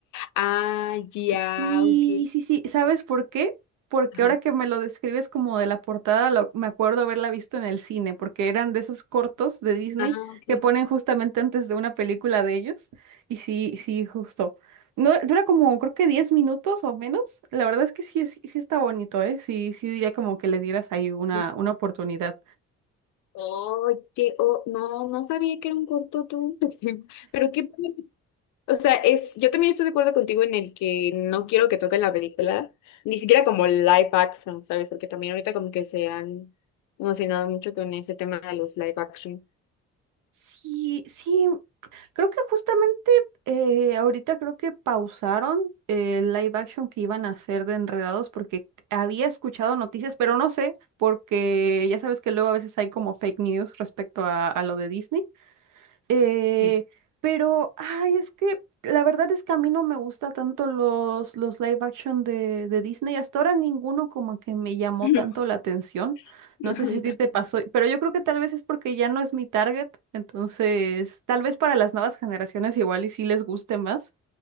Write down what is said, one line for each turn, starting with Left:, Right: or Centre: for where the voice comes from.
Left: Ah, ya,
Right: Sí,
Left: ok.
Right: sí, sí. ¿Sabes por qué? Porque
Left: Ajá.
Right: ahora que me lo describes como de la portada, lo- me acuerdo haberla visto en el cine, porque eran de esos cortos de Disney
Left: Ah, ok.
Right: que ponen justamente antes de una película de ellos. Y sí, sí, justo. No, dura como creo que 10 minutos o menos. La verdad es que sí, sí, sí está bonito, ¿eh? Sí, sí diría como que le dieras ahí una,
Left: Sí.
Right: una oportunidad.
Left: Oye, oh, no, no sabía que era un corto tú. <laughs> Pero qué O sea, es, yo también estoy de acuerdo contigo en el que no quiero que toquen la película, ni siquiera como live action, ¿sabes? Porque también ahorita como que se han emocionado mucho con ese tema de los live action.
Right: Sí, sí, Creo que justamente eh, ahorita creo que pausaron el live action que iban a hacer de Enredados porque había escuchado noticias, pero no sé, porque ya sabes que luego a veces hay como fake news respecto a, a lo de Disney. Eh,
Left: Sí.
Right: pero, ay, es que la verdad es que a mí no me gusta tanto los, los live action de, de Disney. Hasta ahora ninguno como que me llamó
Left: <laughs>
Right: tanto la atención.
Left: No,
Right: No sé
Left: a
Right: si
Left: mí
Right: a ti
Left: tampoco.
Right: te pasó, pero yo creo que tal vez es porque ya no es mi target. Entonces, tal vez para las nuevas generaciones igual y sí les guste más.